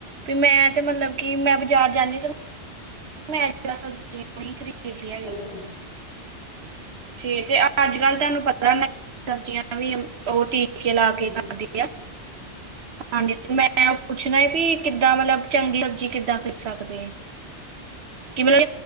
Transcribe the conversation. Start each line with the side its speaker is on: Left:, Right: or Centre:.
Right: ਵੀ ਮੈਂ ਤੇ ਮਤਲਬ ਕਿ ਮੈਂ ਬਾਜ਼ਾਰ ਜਾਂਦੀ ਤੇ <unintelligible>
Left: ਅੱਛਾ।
Right: ਠੀਕ ਤੇ ਅੱਜ ਕੱਲ ਤੁਹਾਨੂੰ ਪਤਾ ਸਬਜ਼ੀਆਂ ਤਾਂ ਵੀ ਉਹ ਟੀਕੇ ਲਾ
Left: ਹਾਂਜੀ।
Right: ਕੇ ਕਰਦੀ ਆ। ਹਾਂਜੀ ਮੈਂ ਪੁੱਛਣਾ ਹੈ ਵੀ ਕਿੱਦਾਂ ਮਤਲਬ ਚੰਗੀ ਸਬਜ਼ੀ ਕਿੱਦਾਂ ਖਰੀਦ ਸਕਦੇ ਆ।
Left: <inaudible>
Right: ਕਿ ਮਤਲਬ